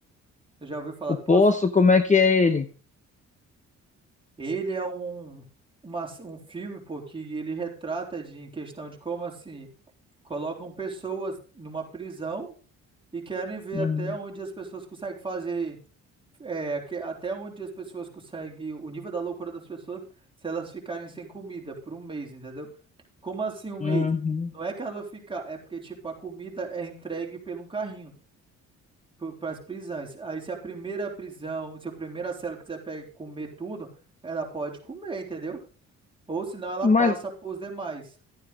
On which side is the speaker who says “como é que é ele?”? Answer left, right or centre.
Left